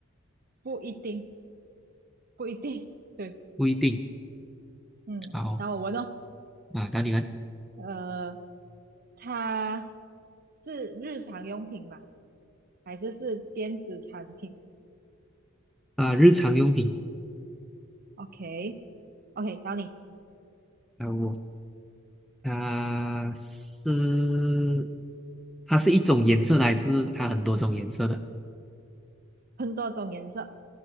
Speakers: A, on the right; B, in the centre.
A: 不一定，不一定，<laughs> 对，
B: 不一定。
A: 嗯，
B: 好
A: 然后我问哦，
B: 啊，到你们
A: 呃，它是日常用品吗？还是是电子产品
B: 啊，日常用品
A: ？OK，OK，、然后你
B: 啊，我啊是它是一种颜色的，还是它很多种颜色的？
A: 很多种颜色，